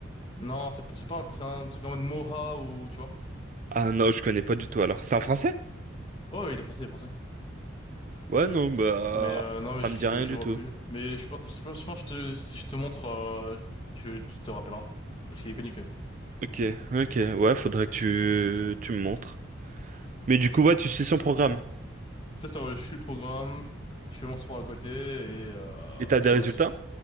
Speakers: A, on the left; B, on the right.
A: Non, c'est pas, c'est pas- c'est un truc en mode Moha ou tu vois.
B: Ah non, je connais pas du tout alors. C'est un français?
A: Oh, il est français, il est français.
B: Ouais, non, bah.
A: Mais euh, non, mais
B: Ça
A: je,
B: me dit
A: je,
B: rien
A: je
B: du
A: vois
B: tout.
A: plus. Mais je pense, je pense je pense que je te, si je te montre, euh, tu, tu te rappelleras parce qu'il est connu quand même.
B: Ok, ok, ouais, faudrait que tu, tu me montres. Mais du coup, ouais, tu sais son programme.
A: Ça, ça, ouais, je suis le programme, je fais mon sport à côté et euh,
B: Et t'as des
A: tu
B: résultats?
A: vois, c'est.